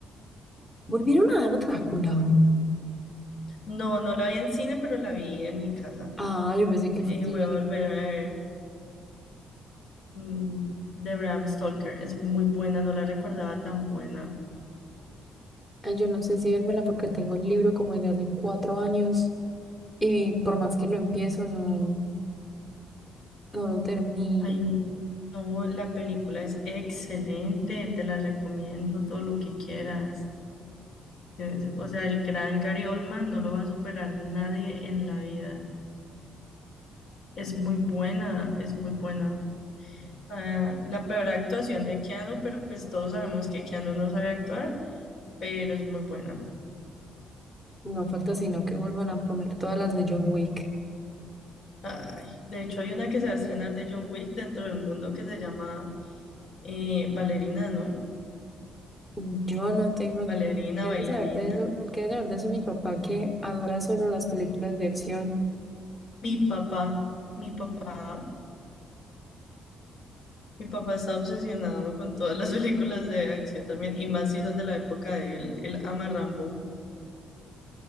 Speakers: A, in the centre; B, on the left.
A: ¿Volvieron a dar Drácula?
B: No, no la vi en cine, pero la vi en mi casa.
A: Ah, yo pensé que
B: Yo
A: fue...
B: dije,
A: solo
B: voy a volverme
A: yo.
B: a ver mm, de Bram Stoker. Es muy buena, no la recordaba tan buena.
A: Ay, yo no sé si vérmela porque tengo el libro como desde hace cuatro años. Y por más que lo empiezo, no, no lo termino.
B: Ay, No, la película es excelente, te la recomiendo todo lo que quieras. Tienes- o sea, el gran Gary Oldman no lo va a superar nadie en la vida. Es muy buena, es muy buena. Ah, la peor actuación de Keanu, pero pues todos sabemos que Keanu no sabe actuar, pero es muy buena.
A: No falta sino que vuelvan a poner todas las de John Wick.
B: Ay, de hecho, hay una que se va a estrenar de John Wick dentro del mundo que se llama eh, Ballerina, ¿no?
A: Yo no tengo ni...
B: Bailarina,
A: ¿Qué debe
B: bailarina.
A: saber de eso? El que debe saber de eso es mi papá, que adora solo las películas de acción.
B: Mi papá, mi papá. Mi papá está obsesionado con todas las <laughs> películas de acción también, y más si son de la época de él. Él ama Rambo.